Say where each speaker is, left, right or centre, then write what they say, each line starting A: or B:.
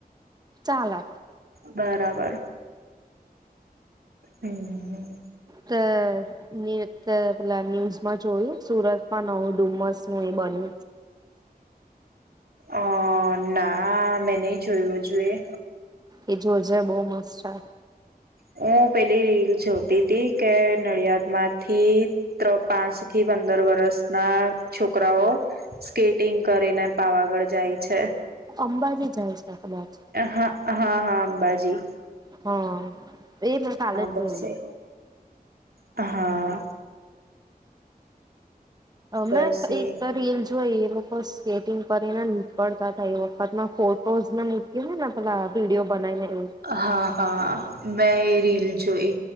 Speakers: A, on the right (about 25°); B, on the right (about 80°).
A: ચાલ.
B: બરાબર હું
A: તો. એ ન્યુઝમાં જોયું સુરતમાં નવું ડુમસ. ન બને.
B: અ ના. મેં નહ જોયું જોઈએ.
A: એ જોજ બહુ મસ્ત છે.
B: હું પેલી રીલ જોતી હતીી કે નડિયાદ માંથી પાંચ થી પંદર વરષના છોકરાઓ સ્કેટિંગ કરીને પાવાગઢ જાય છે.
A: અંબાજી જાય છે કદાચ.
B: હા હા હા. બાજી.
A: હું એ મેં કાલે જ
B: બસ
A: જોયું.
B: એ હા. બસ
A: મે
B: એ
A: એક રિએન્ જોય. સ્કેટિંગ કરીને નીકળતા થાય. ત ફોટોને મૂક ને ને પેલા વિડીયો બનાવીને એવું.
B: હા હા મેં એ રીલ જોઈ